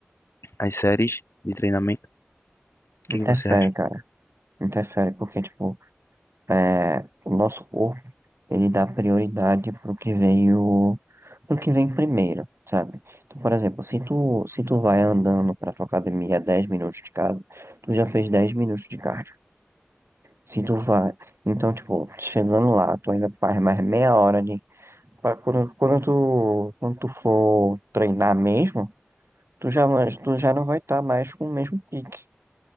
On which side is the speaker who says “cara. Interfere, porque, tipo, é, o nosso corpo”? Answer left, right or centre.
Right